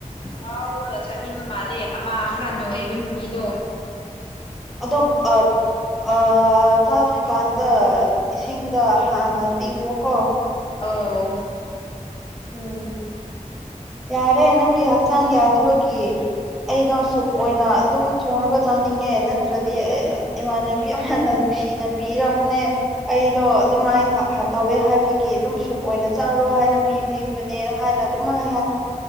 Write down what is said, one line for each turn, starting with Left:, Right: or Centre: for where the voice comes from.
Left: ꯉꯥꯎꯔ ꯆꯥꯅꯤꯡꯉ ꯃꯥꯜꯂꯦ ꯑꯃ ꯈꯔ ꯀꯟꯣ ꯏꯕ ꯅꯨꯄꯤꯗꯣ
Centre: ꯑꯗꯣ ꯑ ꯑ ꯆꯥꯗ꯭ꯔꯤꯀꯥꯟꯗ ꯏꯁꯤꯡꯗ ꯍꯥꯟꯅ ꯇꯤꯡꯉꯨꯀꯣ
Left: ꯑꯣ
Centre: ꯎꯝ ꯌꯥꯔꯦ ꯅꯪꯒꯤ ꯍꯛꯆꯥꯡ ꯌꯥꯗꯕꯒꯤ ꯑꯩꯗꯣ ꯁꯨꯞ ꯑꯣꯏꯅ ꯑꯗꯨꯝ ꯊꯣꯡꯉꯒ ꯆꯥꯅꯤꯡꯉꯦ ꯅꯠꯇ꯭ꯔꯗꯤ ꯏꯃꯥꯟꯅꯕꯤ ꯑꯃꯅ ꯅꯨꯡꯁꯤꯅ ꯄꯤꯔꯛꯄꯅꯦ ꯑꯩꯗꯣ ꯑꯗꯨꯃꯥꯏꯅ ꯇꯧꯋꯦ ꯍꯥꯏꯕꯒꯤ ꯑꯗꯨꯝ ꯁꯞ ꯑꯣꯏꯅ ꯆꯥꯔꯣ ꯍꯥꯏꯅ ꯄꯤꯕꯤꯕꯅꯦ ꯍꯥꯏꯅ ꯑꯗꯨꯝ ꯍꯥꯏ